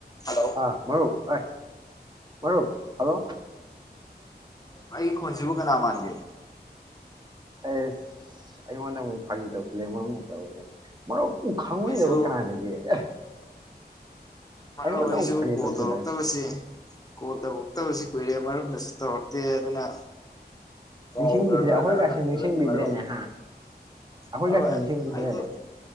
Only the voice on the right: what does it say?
ꯑꯥ ꯃꯔꯔꯨꯞ ꯑ ꯃꯔꯔꯣ ꯍꯜꯂꯣ
ꯑꯦꯁ ꯑꯩꯉꯣꯟꯗ ꯑꯃꯨꯛ ꯐꯥꯒꯤ ꯇꯧꯁꯤꯂ ꯃꯔꯝꯗ ꯇꯧꯔꯤꯁꯦ ꯃꯔꯨꯞ ꯎ ꯈꯪꯉꯣꯏꯗꯕ
ꯀꯅꯥ ꯂꯩꯒꯦ ꯑꯦ
ꯑꯩꯉꯣꯟꯗ
ꯑꯃꯨꯛ ꯐꯥꯒꯤ
ꯇꯧꯁꯤꯜꯂꯛꯑꯦ
ꯅꯤꯡꯁꯤꯡꯕꯤꯗ꯭ꯔꯦ ꯑꯩꯈꯣꯏꯒꯁꯤ
ꯅꯤꯡꯁꯤꯡꯕꯤꯗ꯭ꯔꯦꯅꯦꯍꯥꯟ
ꯑꯩꯈꯣꯏ
ꯀꯁꯤ ꯅꯤꯡꯁꯤꯡꯕꯤꯗꯤꯔꯃ